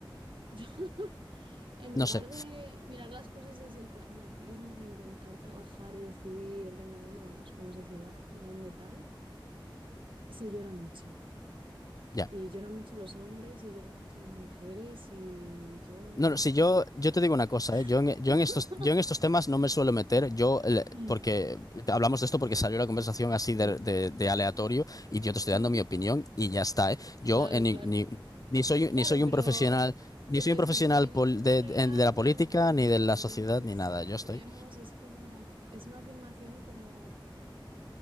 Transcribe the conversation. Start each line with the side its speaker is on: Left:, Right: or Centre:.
Right: <laughs> En lugar
Left: No sé.
Right: de mirar las cosas desde el pragmatismo, intentar trabajar y decidir, venga, ¿a dónde vamos como sociedad y a dónde tal? Se llora mucho.
Left: Ya.
Right: Y lloran mucho los hombres y lloran mucho las mujeres y yo
Left: No,
Right: no
Left: no,
Right: sé.
Left: si yo, yo te digo una cosa, ¿eh? Yo
Right: <laughs>
Left: en, yo en estos, yo en estos temas no me suelo meter, yo, el-
Right: Mm,
Left: porque hablamos de esto porque salió la conversación así
Right: mm.
Left: de, de- de aleatorio y yo te estoy
Right: Ujú,
Left: dando mi opinión y ya está, ¿eh? Yo
Right: Claro,
Left: eh, ni,
Right: claro.
Left: ni- ni soy,
Right: Claro,
Left: ni soy
Right: pero,
Left: un profesional, ni
Right: pero
Left: soy
Right: decir
Left: un profesional
Right: feminismo
Left: pol- de,
Right: real
Left: de- de la
Right: men-
Left: política,
Right: versus
Left: ni de
Right: feminismos
Left: la sociedad,
Right: extremos
Left: ni nada, yo estoy.
Right: es como, es una afirmación como